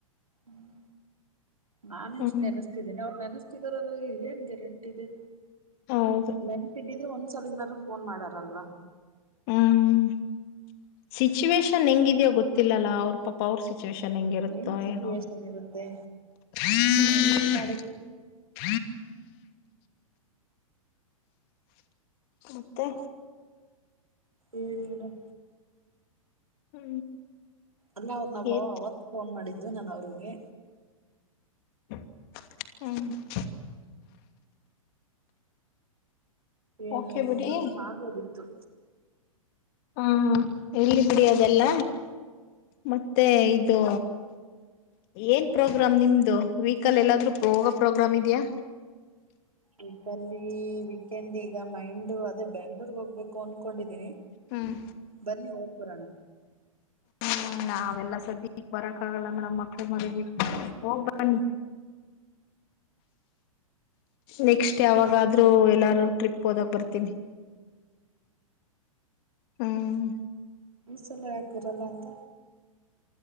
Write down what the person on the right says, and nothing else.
ಹ್ಮ್ ನಾನು
ಇಷ್ಟ್ ನೆನಸ್ತಿದ್ದೀನಿ ಅವ್ರ ನೆನಸ್ತ ಏನ್ ಗ್ಯಾರಂಟಿ ಇದೆ
ನೆನಪಿದಿದ್ರೆ ಒಂದ ಸಲನಾದರು ಫೋನ್ ಮಾಡಾರಲ್ವಾ
ಏನ್ ಸಿಚುವೇಶನ್
ಇರುತ್ತೆ
ಏನು ಮಾಡಕ್
ಏಳಿ ಮೆಡಂ
ಅಲ್ಲ ಅವ್ರು ನಾವ
ಅವತ್ ಫೋನ್ ಮಾಡಿದ್ದು ನಾನ ಅವ್ರಿಗೆ
ಏನು
ಎಂತು
ಅಂತ ಮಾಡ್ಬೋದಿತ್ತು
ವೀಕಲ್ಲಿ ವೀಕೆಂಡ್ ಈಗ ಮೈಂಡ್ ಅದೇ ಬೆಂಗ್ಳೂರ್ಗ್ ಹೋಗ್ಬೇಕು ಅನ್ಕೊಂಡಿದೀನಿ
ಬನ್ನಿ ಹೋಗ್ಬರೋಣ
ಈ ಸಲ ಯಾಕ ಹೋಗಲ ಅಂತ